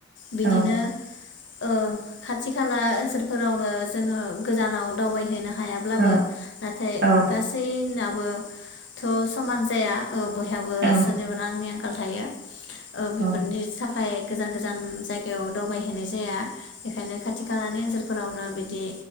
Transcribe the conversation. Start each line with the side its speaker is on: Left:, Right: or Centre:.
Left: बिदिनो
Right: औ
Left: ओ खाथि खाला ओनसोलफोरावनो जोङो गोजानाव दावबायहैनो हायाब्लाबो
Right: औ
Left: नाथाय
Right: औ
Left: गासै नाबो थ समान जाया ओ बयहाबो
Right: औ
Left: सोरनिबा रांनि आंखाल थायो ओ बेफोरनि
Right: औ
Left: थाखाय फाय गोजान गोजान जायगायाव दावबायहैनाय जाया बेखायनो खाथि खालानि ओनसोल फोरावनो बिदि बिदि